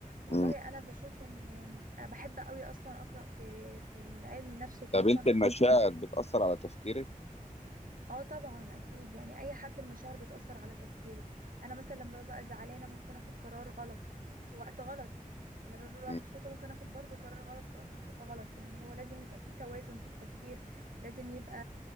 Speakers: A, on the right; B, on the left.
A: والله
B: مم.
A: انا بشوف ان آه، بحب قوي اصلا اقرا في في علم النفس وخصوصا
B: طب انت المشاعر بتأثر على تفكيرك؟
A: اه طبعا اكيد يعني اي حد المشاعر بتأثر على تفكيره انا مثلا لما ببقى زعلانة ممكن اخد قرار غلط في وقت غلط لما ببقى
B: مم.
A: مبسوطة ممكن اخد برضو قرار غلط في وقت خ- غلط يعني هو لازم يبقى فيه توازن في التفكير لازم يبقى